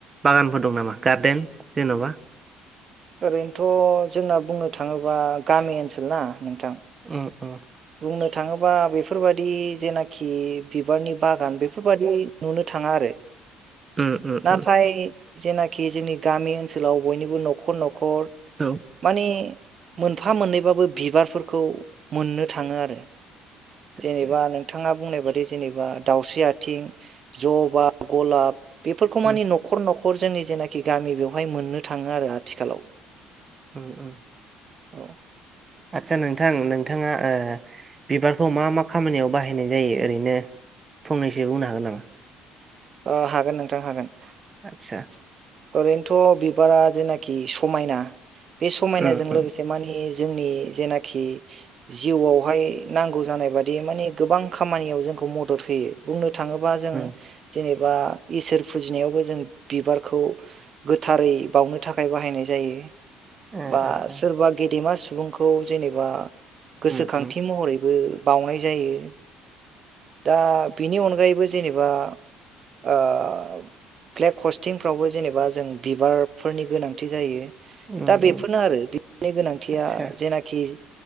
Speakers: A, on the right (about 30°); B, on the right (about 50°).
A: बागानफोर दं नामा गार्देन जेन'बा
B: ओरैनोथ' जोंना बुंनो थाङोबा गामि ओनसोल ना नोंथां।
A: ओ ओ
B: बुंनो थाङोबा बेफोरबादि जेनाखि बिबारनि बागान बेफोरबादि नुनो थाङा आरो।
A: ओ ओ
B: नाथाय
A: ओ‌
B: जेनाखि जोंनि गामि ओनसोलाव बयनिबो न'खर न'खर
A: औ
B: माने मोनफा मोननैबाबो बिबारफोरखौ मोननो थाङो आरो।
A: आदसा
B: जेनेबा नोंथाङाब बुंनाय बादि जेनेबा दावस्रि आथिं जबा गलाब बेफोरखौ माने
A: उम
B: न'खर न'खर जोंनि जेनाखि गामि बेवहाय मोननो थाङो आरो आथिखालाव।
A: ओ ओ
B: औ
A: आदसा नोंथां नोंथाङा ओ बिबारखौ मा मा खामानियाव बाहायनाय जायो ओरैनो? फंनैसो बुंनो हागोन नामा?
B: अ हागोन नोंथां हागोन।
A: आदसा
B: ओरैनोथ' बिबारा जेनाखि समायना बे समायनाजों
A: उम उम
B: लोगोसे मानेज जोंनि जेनाखि जिउआवहाय नांगौ जानाय बादि माने गोबां खामानियाव जों खौ मदद होयो बुंनो थाङोबा जों
A: उम
B: जेनेबा इसोर फुजिनायावबो जों बिबारखौ गोथारै बावनो थाखाय बाहायनाय जायो
A: ओ
B: बा
A: ओ
B: सोरबा गेदेमा सु सुबुंखौ जेनेबा गोसोखांथि
A: उम उम
B: महरैबो बाउनाय जायो। दा बिनि अनगायैबो जेनेबा ओब फ्लेक हस्टिंफ्रावबो जेनेबा जों बिबारफोरनि गोनांथि जायो।
A: उम
B: दा बेफोरनो
A: उम
B: आरो बिनि गोनांथिया
A: आदसा
B: जेनाखिज